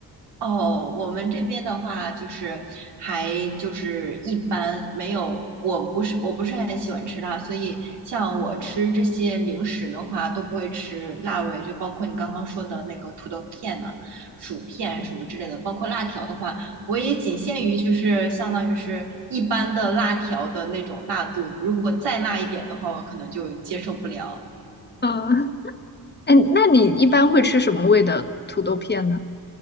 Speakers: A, on the right (about 85°); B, on the left (about 25°).
A: 哦，我们这边的话就是还就是一般没有，我不是我不是很喜欢吃辣，所以像我吃这些零食的话都不会吃辣味，就包括你刚刚说的那个土豆片呐、薯片什么之类的，包括辣条的话，我也仅限于就是相当于是一般的辣条的那种辣度，如果再辣一点的话，我可能就接受不了。
B: 嗯，<laughs> 哎，那你一般会吃什么味的土豆片呢？